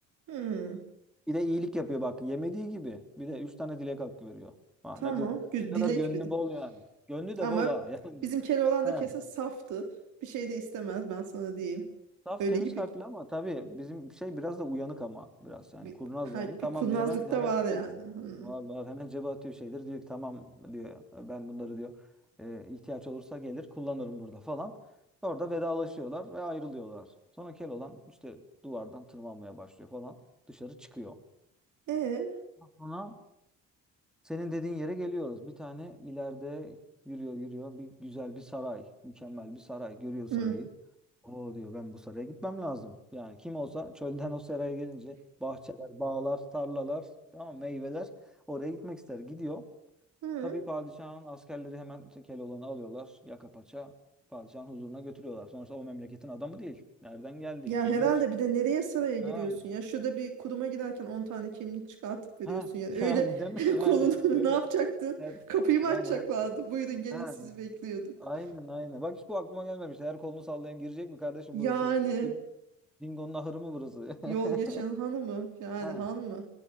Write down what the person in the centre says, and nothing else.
Bir de iyilik yapıyor bak yemediği gibi. Bir de üç tane dilek hakkı veriyor. Ha,
ne, kadar,
ne kadar
gönlü
bol yani. Gönlü de
bol ha yani.
<laughs>
Saf
temiz
kalpli ama tabii bizim şey biraz da uyanık ama biraz yani
kurnaz
yani. Tamam
diyor hemen hemen
vallahi hemen cebe atıyor şeydir. Diyor ki tamam diyor ben bunları diyor "e, ihtiyaç olursa gelir kullanırım burada falan. Orada vedalaşıyorlar ve ayrılıyorlar. Sonra Keloğlan işte duvardan tırmanmaya başlıyor falan. Dışarı çıkıyor.
Sonra senin dediğin yere geliyoruz. Bir tane ileride yürüyor yürüyor. Bir güzel bir saray. Mükemmel bir saray. Görüyor sarayı.
O diyor ben bu saraya gitmem lazım. Yani kim olsa çölden o saraya gelince bahçeler, bağlar, tarlalar, tamam meyveler oraya gitmek ister. Gidiyor.
Tabii padişahın askerleri hemen Keloğlan'ı alıyorlar. Yaka paça padişahın huzuruna götürüyorlar. Sonuçta o memleketin adamı değil. Nereden geldi?
Kimdir?
Ha,
ha
<laughs>
yani değil mi?
Yani
öyle.
Her,
yani
her
ha,
Aynen aynen. Bak hiç bu aklıma gelmemişti. Her kolunu sallayan girecek mi kardeşim
burası? Ding- Dingo'nun ahırı mı burası?
<laughs>
Ha.